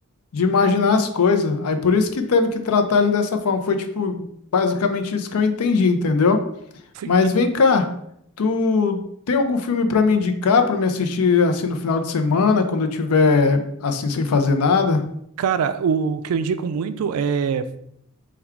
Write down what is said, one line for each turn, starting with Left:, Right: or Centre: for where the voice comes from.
Left: de imaginar as coisas. Aí por isso que teve que tratar ele dessa forma. Foi, tipo, basicamente isso que eu entendi, entendeu?
Right: Fui-
Left: Mas
Right: E,
Left: vem cá, tu tem algum filme pra me indicar, pra me assistir, assim, no final de semana, quando eu tiver, assim, sem fazer nada?
Right: cara, o que eu indico muito é.